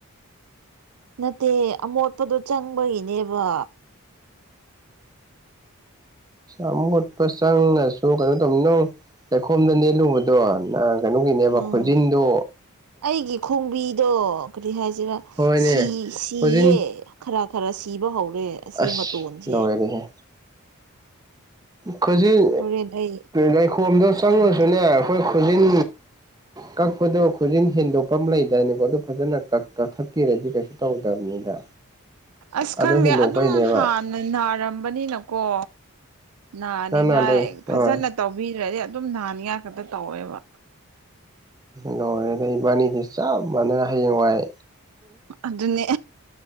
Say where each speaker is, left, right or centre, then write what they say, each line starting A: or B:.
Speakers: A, on the right (about 80°); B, on the right (about 15°).
A: ꯅꯠꯇꯦ ꯑꯃꯣꯠꯄꯗꯣ ꯆꯪꯕꯒꯤꯅꯦꯕ
B: ꯑꯃꯣꯠꯄ ꯆꯪꯉꯁꯨ ꯀꯩꯅꯣ ꯇꯧꯕꯅꯤ ꯅꯪ ꯂꯩꯈꯣꯝꯗ ꯅꯦꯜꯂꯨꯕꯗꯣ ꯅꯪ ꯀꯩꯅꯣꯒꯤꯅꯦꯕ
A: ꯎꯝ
B: ꯈꯨꯖꯤꯟꯗꯣ
A: ꯑꯩꯒꯤ ꯈꯣꯡꯕꯤꯗꯣ ꯀꯔꯤ ꯍꯥꯏꯁꯤꯔ
B: ꯍꯣꯏꯅꯦ
A: ꯁꯤ ꯁꯤꯌꯦ
B: ꯈꯣꯟꯖꯤꯟ
A: ꯈꯔ ꯈꯔ ꯁꯤꯕ ꯍꯧꯔꯦ ꯑꯁꯤ
B: ꯑꯁ
A: ꯃꯇꯣꯟꯁꯦ
B: ꯂꯣꯏꯔꯦꯍꯦ ꯈꯨꯖꯤꯟ
A: ꯍꯣꯔꯦꯟ ꯑꯩ
B: ꯂꯩꯈꯣꯝꯗ ꯆꯪꯂꯉꯁꯨꯅꯦ
A: ꯎꯒꯦ
B: ꯑꯈꯣꯏ ꯈꯨꯖꯤꯟ ꯀꯛꯄꯗꯣ ꯈꯨꯖꯤꯟ ꯍꯦꯟꯗꯣꯛꯄꯝ ꯂꯩꯗꯥꯏꯅꯦ ꯑꯗꯨ ꯐꯖꯅ ꯀꯛ ꯀꯛꯊꯠꯄꯤꯔꯗꯤ ꯀꯩꯁꯨ ꯇꯧꯗꯕꯅꯤꯗ
A: ꯑꯁ
B: ꯑꯗꯨ
A: ꯈꯪꯗꯦ
B: ꯍꯦꯟꯗꯣꯛꯄꯩꯅꯦꯕ
A: ꯑꯗꯨꯝ ꯍꯥꯟꯅ ꯅꯥꯔꯝꯕꯅꯤꯅꯀꯣ ꯅꯥꯅꯤꯡꯉꯥꯏ
B: ꯅꯪ ꯅꯍꯥꯟꯗꯩ
A: ꯐꯖꯅ
B: ꯍꯣꯏ
A: ꯇꯧꯕꯤꯗ꯭ꯔꯗꯤ ꯑꯗꯨꯝ ꯅꯍꯟꯅꯤꯉꯥꯏ ꯈꯛꯇ ꯇꯧꯋꯦꯕ
B: ꯂꯣꯢꯔꯦꯗ ꯏꯕꯥꯅꯤꯗꯤ ꯆꯞ ꯃꯥꯟꯅ ꯍꯌꯦꯡ ꯋꯥꯏ
A: ꯑꯗꯨꯅꯦ